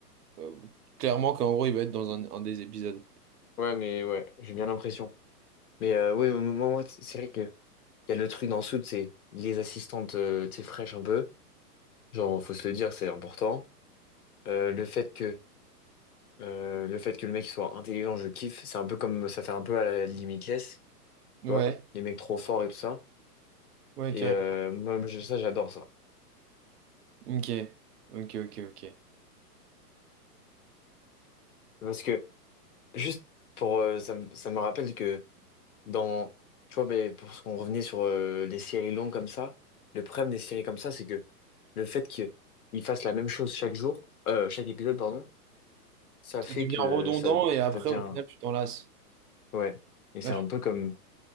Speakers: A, on the right; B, on the left.
A: euh, clairement qu'en gros, il va être dans un, un des épisodes.
B: Ouais, mais ouais, j'ai bien l'impression. Mais euh, oui, moi, moi, moi, c'est vrai que il y a le truc dans le foot, c'est les assistantes, euh, tu sais, fraîches un peu. Genre, faut se le dire, c'est important. Euh, le fait que euh, le fait que le mec soit intelligent, je kiffe. C'est un peu comme ça fait un peu à la Limitless,
A: Ouais,
B: tu vois, les mecs trop forts et tout ça.
A: ouais,
B: Et
A: carrément.
B: euh, moi, moi, je- ça, j'adore ça.
A: Ok, ok, ok, ok.
B: Parce que juste pour euh, ça, me ça me rappelle que dans tu vois, ben, pour ce qu'on revenait sur euh, les séries longues comme ça, le problème des séries comme ça, c'est que le fait qu'ils fassent la même chose chaque jour, euh, chaque épisode, pardon, ça fait
A: Ça devient
B: que
A: redondant
B: ça,
A: et après,
B: ça devient
A: au final, tu t'en lasses.
B: ouais. Et c'est
A: Là, je-
B: un peu comme